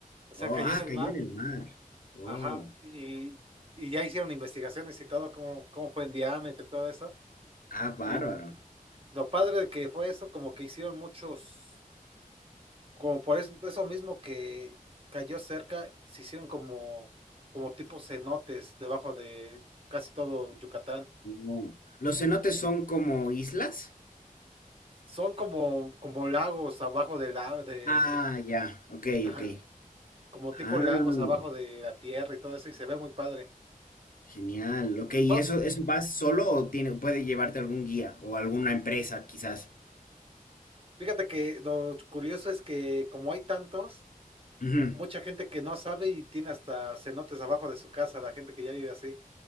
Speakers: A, on the right; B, on the left.
A: O sea,
B: Oh,
A: cayó
B: ah,
A: en el
B: cayó
A: mar,
B: en el mar. Oh,
A: ajá, y, y ya hicieron investigaciones y todo, cómo, cómo fue en diámetro y todo eso.
B: ah, bárbaro.
A: Y lo padre de que fue eso, como que hicieron muchos, como por eso, eso mismo que cayó cerca, se hicieron como, como tipo cenotes debajo de casi todo Yucatán.
B: Oh. ¿Los cenotes son como islas?
A: Son como, como lagos abajo del lago, de...
B: Ah, ya, ok,
A: ajá,
B: ok.
A: como tipo
B: Ah,
A: lagos abajo de la tierra y todo eso, y se ve muy padre.
B: genial, ok. ¿Y
A: Bueno,
B: eso, eso vas solo o tiene, puede llevarte algún guía o alguna empresa quizás?
A: fíjate que lo curioso es que como hay tantos,
B: Ujú.
A: mucha gente que no sabe y tiene hasta cenotes abajo de su casa, la gente que ya vive así.